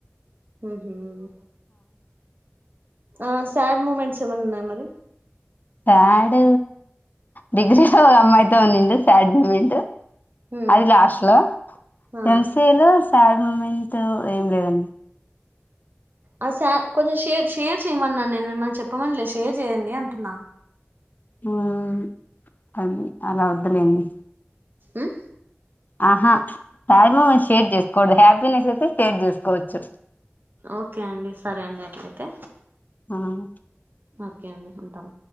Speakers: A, on the right; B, on the left.
A: ఉహుమ్ ఆ శాడ్ మూమెంట్స్ ఏమన్నా ఉన్నాయా మరి
B: స్యాడ్ డిగ్రీలో ఒక అమ్మాయితో ఉనింది స్యాడ్ మూమెంట్
A: హ్మ్
B: అది లాస్ట్ లో
A: ఆ
B: ఎంసిఏ లో శ్యాడ్ మూమెంట్ ఏం లేదండి
A: ఆ శ్వాడ్ కొంచెం షేర్ షేర్ చేయమన్నాను నేను మిమ్మల్ని చెప్పమని లేదు షేర్ చేయండి అంటున్నా
B: ఉమ్ అని అలా వద్దలేండి
A: ఉమ్
B: ఆహా శ్వాడ్ మూమెంట్స్ షేర్ చేసుకోకూడదు హ్యాపీనెస్ అయితే షేర్ చేసుకోవచ్చు
A: ఓకే అండి సరే అండి ఎట్లాయితే
B: ఆమ్
A: ఓకే అండి ఉంటాం